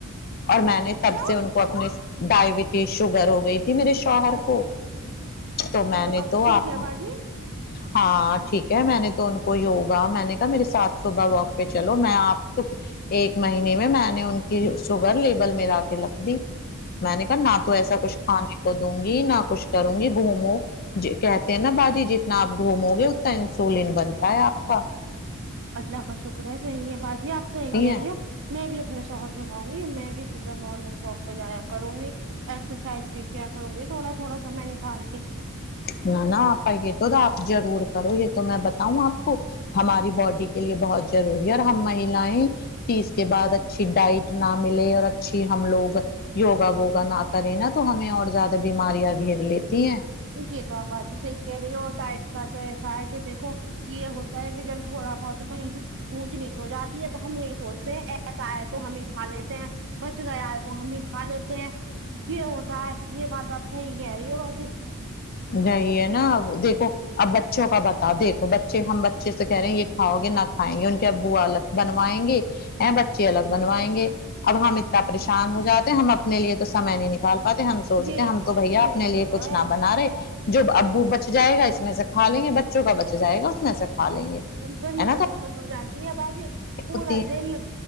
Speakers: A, on the left; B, on the right.
A: اور میں نے
B: اچھا
A: تب سے ان کو اپنے ڈائبٹیز شوگر ہو گئی تھی میرے شوہر
B: او
A: کو تو میں
B: پھر
A: نے
B: اب
A: تو
B: ٹھیک
A: آپ
B: ہے باجی
A: ہاں ٹھیک ہے میں نے تو ان کو یوگا میں نے کہا میرے ساتھ صبح والک پہ چلو میں آپ کو ایک مہینے میں میں نے ان کی شوگر لیبل میں لا کے رکھ دی میں نے کہا نہ تو ایسا کچھ کھانے کو دوں گی نہ کچھ کروں گی گھومو کہتے ہیں نا باجی جتنا آپ گھومو گے اتنا انسولین بنتا ہے آپ کا
B: اللہ کا شکر ہے صحیح ہے باجی آپ صحیح
A: ٹھیک
B: کہہ
A: ہے
B: رہی ہو میں بھی اپنے شوہر سے کہونگی میں بھی صبح مارننگ والک پہ جایا کروں گی ایکسرسائز بھی کیا کرو گی تھوڑا تھوڑا سمیں نکال کے
A: نہ نہ آپا یہ تو آپ ضرور کرو یہ تو میں بتاؤں آپ کو ہماری باڈی کے لیے بہت ضروری ہے اور ہم مہیلائیں تیس کے بعد اچھی ڈائٹ نہ ملے اور اچھی ہم لوگ یوگا ووگا نہ کرے نا تو ہمیں اور زیادہ بیماریاں گھیر لیتی ہیں
B: یہ تو آپ باجی صحیح کہہ رہی ہیں اور ڈائٹ کا تو ایسا ہے کہ دیکھو یہ ہوتی س بھی جن تھوڑا بہت کہ نہیں <unintelligible> اونچ نیچ ہو جاتی ہے تو ہم یہی سوچتے ہیں ایسا ہے تو ہمیں کھا لیتے ہیں بچ گیا ہے تو ہم ہی کھا لیتے ہیں یہ ہوتا ہے یہ بات آپ صحیح کہہ رہی ہو باجی
A: وہی ہےنا اب دیکھو اب بچوں کا بتا تےہےدیکھو بچے ہم بچے سے کہہ رہ ہیں یہ کھاو گے نہ کھائیں گے ان کے ابو الگ بنوایں گے اے بچے الگ بنوائیں گے اب ہم اتنا پریشان ہو جاتے ہم اپنے لیے تو سمے نہیں نکال پاتیں ہم سوچتے
B: یہی
A: ہیں ہم تو بھیا اپنے
B: یہی
A: لیے
B: تو
A: کچھ
B: ہے
A: نہ بنا رہے جو ابو بچ جائے گا اس میں سے کھا لیں گے بچوں کا بچ جائے گا اس میں سے کھا لیں گے
B: وہی
A: ہے نا
B: تو دقت ہو جاتی ہے باجی پورا
A: ہوتی
B: دن